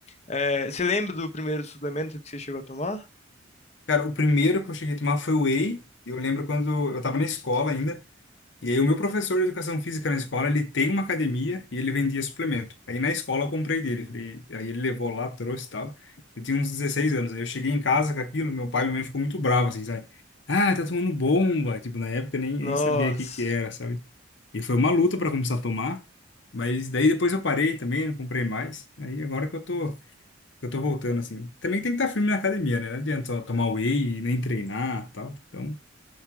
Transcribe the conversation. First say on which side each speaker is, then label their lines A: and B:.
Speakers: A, on the left (about 35°); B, on the left (about 65°).
A: É, você lembra do primeiro suplemento que você chegou a tomar?
B: Cara, o primeiro que eu cheguei a tomar foi o whey. Eu lembro quando eu tava na escola ainda. E aí o meu professor de educação física na escola, ele tem uma academia e ele vendia suplemento. Aí na escola eu comprei dele, falei- aí ele levou lá, trouxe e tal. Eu tinha uns 16 anos, aí eu cheguei em casa com aquilo, meu pai e minha mãe ficou muito bravo, assim, sabe? Ah, tá tomando bomba! Tipo, na época eu nem, nem
A: Nossa,
B: sabia o que que era, sabe? E foi uma luta para começar a tomar, mas daí depois eu parei também, não comprei mais. Aí agora que eu tô, que eu tô voltando, assim. Também tem que estar firme na academia, né? Não adianta só tomar whey e nem treinar e tal. Então,